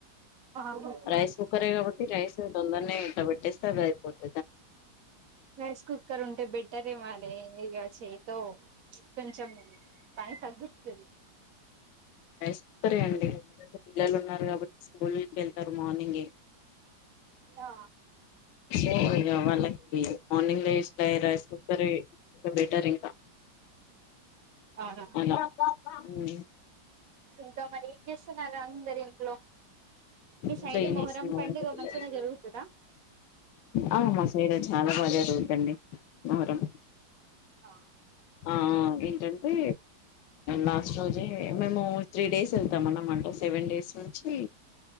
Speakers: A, on the right (about 70°); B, on the left (about 75°).
A: అవునా
B: రైస్ కుక్కరే కాబట్టి రైస్ తొందరనే
A: ఆ
B: ఇట్లా పెట్టేస్తే అది అయిపోతుంది
A: రైస్ కుక్కర్ ఉంటే బెటరే మరి ఇగ చేయితో కొంచెం పని తగ్గుతది
B: వస్తరే అండి ఎంటే పిల్లలు ఉన్నారు స్కూల్కి వెళ్తారు మార్నింగ్
A: ఆ
B: సో ఇగ వాళ్ళకి మార్నింగ్ లో రైస్ కుక్కర్ ఇ బెటర్ ఇంకా
A: అవునా
B: అలా మ్
A: ఇంకా మరి ఏం చేస్తున్నారుా అందరు ఇంట్లో మీ సైడ్
B: ఇంకా ఏం
A: మొహరం
B: చేస్తున్నారండి
A: పండుగ
B: పిల్లలు
A: మంచిగానే జరుగుతుందా
B: ఆ మా సైడ్ చాలా బాగా జరుగుద్దండి మొహరం
A: ఆ
B: ఆ ఏంటంటే లాస్ట్ రోజే మేము త్రీ డేస్ వెళ్తాం అన్న అంట సెవెన్ డేస్ నుంచి